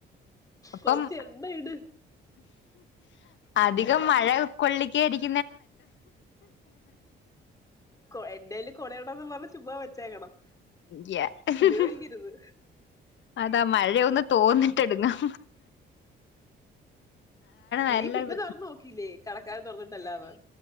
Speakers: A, on the left; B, on the left.
A: അപ്പം
B: കൊറച്ച് എണ്ണ ഇട്
A: അധികം മഴ കൊള്ളിക്കരിക്കും
B: കൊ എന്റെൽ കൊടവിടന്ന് പറ ചുമ്മാ വെച്ചേക്കണം
A: <unintelligible>
B: ഉപയോഗിക്കരുത്
A: അതാ മഴ ഴ ഒന്ന് തോന്നിട്ടെടുങ്ങും നല്ലത്
B: നീ പിന്നെ തുറന്ന് നോക്കില്ലേ കടക്കാരൻ തുറന്നിട്ടല്ലാതെ